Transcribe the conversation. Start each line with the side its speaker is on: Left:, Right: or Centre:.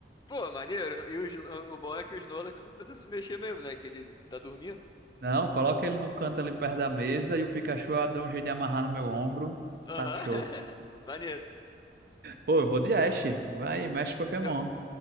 Left: Pô, maneiro. E os- o bom é que o Snorlax não precisa se mexer mesmo, né? Que ele tá dormindo.
Right: Não, coloca ele no canto ali perto da mesa e o Pikachu eu dou um jeito de amarrar no meu ombro.
Left: Aham.
Right: Tá show.
Left: <laughs> Maneiro.
Right: Pô, eu vou de Ash. Vai, Mestre Pokémon.
Left: Se eu,